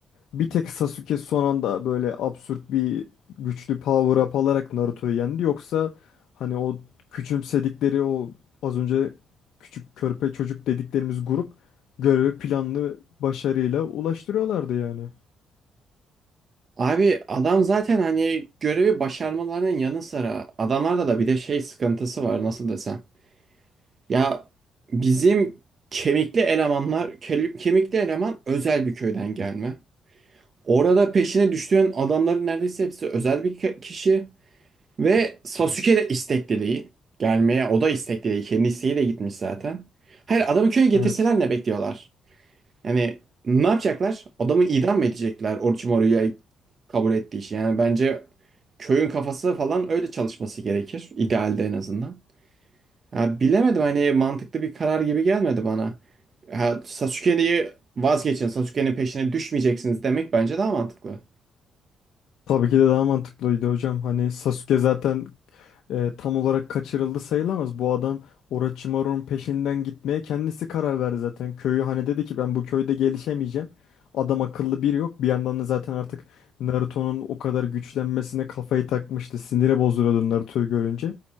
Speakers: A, on the left; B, on the right.
A: Bir tek Sasuke son anda böyle absürt bir güçlü power up alarak Naruto'yu yendi. Yoksa hani o küçümsedikleri o az önce küçük körpe çocuk dediklerimiz grup görevi planlı başarıyla ulaştırıyorlardı yani.
B: Abi adam zaten hani görevi başarmalarının yanı sıra adamlarda da bir de şey sıkıntısı var nasıl desem. Ya bizim kemikli elemanlar, ke- kemikli eleman özel bir köyden gelme. Orada peşine düştüğün adamların neredeyse hepsi özel bir ki- kişi ve Sasuke de istekli değil. Gelmeye o da istekli değil. Kendi isteğiyle gitmiş zaten. Hayır adamı köye getirseler
A: Evet.
B: ne bekliyorlar? Yani ne yapacaklar? Adamı idam mı edecekler Orochimaru'ya kabul ettiği için? Yani bence köyün kafası falan öyle çalışması gerekir. İdealde en azından. Ha, bilemedim hani mantıklı bir karar gibi gelmedi bana. Ha, Sasuke'yi vazgeçin, Sasuke'nin peşine düşmeyeceksiniz demek bence daha mantıklı.
A: Tabii ki de daha mantıklıydı hocam. Hani Sasuke zaten e, tam olarak kaçırıldı sayılamaz. Bu adam Orochimaru'nun peşinden gitmeye kendisi karar verdi zaten. Köyü hani dedi ki ben bu köyde gelişemeyeceğim. Adam akıllı biri yok. Bir yandan da zaten artık Naruto'nun o kadar güçlenmesine kafayı takmıştı. Sinire bozuluyordu Naruto'yu görünce.